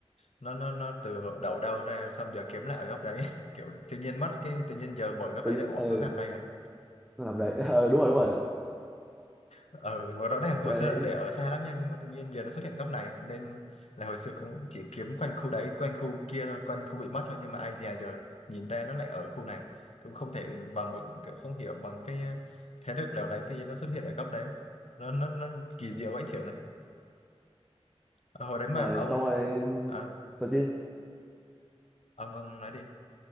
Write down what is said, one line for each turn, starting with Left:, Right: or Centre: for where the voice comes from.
Left: nó nó nó từ hồi đầu đâu ra xong giờ kiếm lại ở góc đấy <laughs> kiểu tự nhiên mất cái tự nhiên giờ mở góc
Centre: tự
Left: đấy
Centre: nhiên
Left: lại ủa
Centre: ừ
Left: nó nằm đây hả
Centre: nó làm đấy, <laughs> ừ đúng rồi đúng rồi
Left: ở mà rõ ràng hồi
Centre: đấy
Left: xưa là để ở xa lắm nha nhưng mà tự nhiên giờ nó xuất hiện góc này nên là hồi xưa cũng chỉ kiếm quanh khu đấy quanh khu kia thôi quanh khu bị mất thôi nhưng mà ai dè giờ nhìn ra nó lại ở khu này cũng không thể bằng một kiểu không hiểu bằng cái ờ, thế lực nào đấy tự nhiên nó xuất hiện ở góc đấy nó nó, nó kỳ
Centre: Đúng
Left: diệu ấy trưởng này Ờ, hồi đấy mà
Centre: rồi
Left: ông
Centre: xong rồi
Left: à,
Centre: tôi chứ
Left: ông ông nói đi